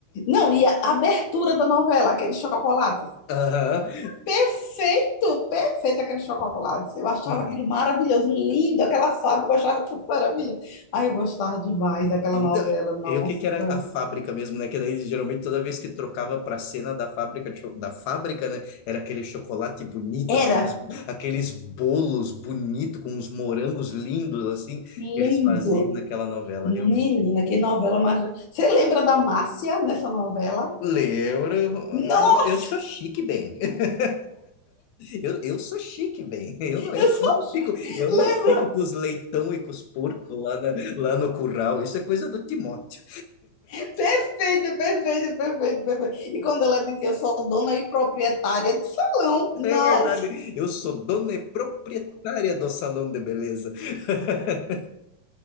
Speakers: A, on the left; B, on the left.
A: Não, e a abertura da novela, aquele chocolate.
B: Aham.
A: Perfeito, perfeito aquele chocolate. Eu achava
B: Uhum.
A: aquilo maravilhoso, lindo, aquela fábrica, eu achava tudo maravilhoso. Ai, eu gostava demais daquela
B: E
A: novela,
B: não,
A: nossa.
B: e o que que era a fábrica mesmo, né? Que daí geralmente toda vez que trocava para a cena da fábrica, de cho- da fábrica, né? Era aquele chocolate bonito, aqueles,
A: Era
B: aqueles bolos bonitos com uns morangos lindos assim que
A: lindo.
B: eles faziam naquela novela.
A: Menina,
B: Realmente
A: que novela mais. Você lembra da Márcia nessa novela?
B: Lembro,
A: Nossa,
B: mas eu eu sou chique bem. <laughs> Eu, eu sou chique bem. Eu não, eu,
A: eu só
B: eu não fico, eu
A: lembro.
B: não fico com os leitão e com os porcos lá, na- lá no curral. Isso é coisa do Timóteo.
A: Perfeito, perfeito, perfeito, perfeito. E quando ela dizia, eu sou dona e proprietária de salão.
B: <laughs>
A: Nossa.
B: É verdade. Eu sou dona e proprietária do salão de beleza. <laughs>